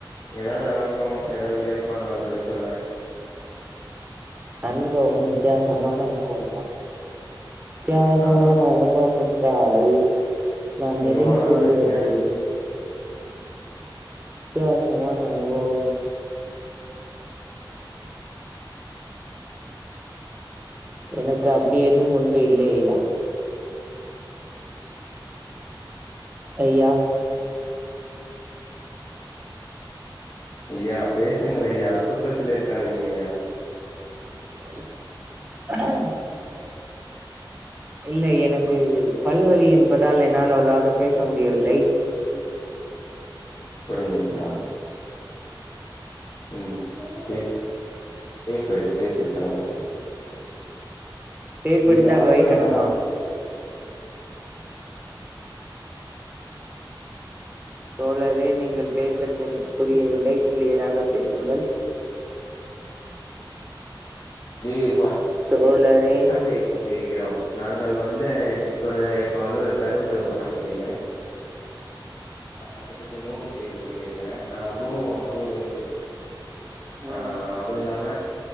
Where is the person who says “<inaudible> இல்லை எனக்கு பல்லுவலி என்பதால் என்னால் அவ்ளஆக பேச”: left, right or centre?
Right